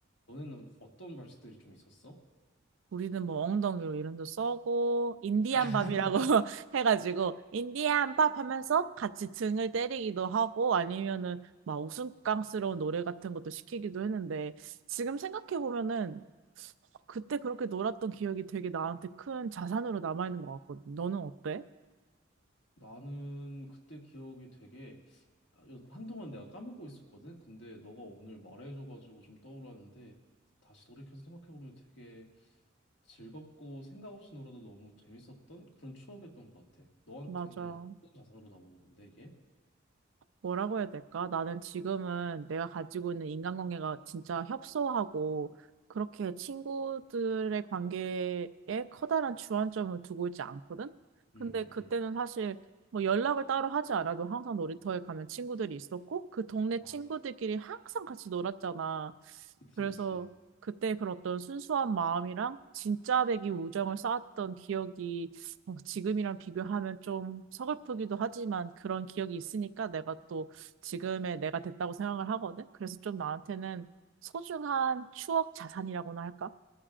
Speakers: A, on the left (about 65°); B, on the right (about 75°).
A: 너는 어떤 벌칙들이 좀 있었어?
B: 우리는 뭐 엉덩이로 이름도 써고 인디안
A: <laughs>
B: 밥이라고 <laughs> 해가지고 인디안 밥 하면서 같이 등을 때리기도 하고 아니면은 막 우스꽝스러운 노래 같은 것도 시키기도 했는데 지금 생각해 보면은 그때 그렇게 놀았던 기억이 되게 나한테 큰 자산으로 남아있는 것 같거든. 너는 어때?
A: 나는 그때 기억이 되게 아, 여- 한동안 내가 까먹고 있었거든. 근데 너가 오늘 말해줘가지고 좀 떠올랐는데 다시 돌이켜서 생각해보면 되게 즐겁고 생각 없이 놀아도 너무 재밌었던 그런 추억이었던 것 같아. 너한테는
B: 맞아.
A: 어떤 자산으로 남은 건데 이게?
B: 뭐라고 해야 될까? 나는 지금은 내가 가지고 있는 인간관계가 진짜 협소하고 그렇게 친구들의 관계에 커다란 주안점을 두고 있지 않거든? 근데
A: 응응응.
B: 그때는 사실 뭐 연락을 따로 하지 않아도 항상 놀이터에 가면 친구들이 있었고 그 동네
A: 맞아.
B: 친구들끼리 항상 같이 놀았잖아.
A: 그치
B: 그래서
A: 그치.
B: 그때 그런 어떤 순수한 마음이랑 진짜 되기 우정을 쌓았던 기억이 어, 지금이랑 비교하면 좀 서글프기도 하지만 그런 기억이 있으니까 내가 또 지금의 내가 됐다고 생각을 하거든. 그래서 좀 나한테는 소중한 추억 자산이라고나 할까?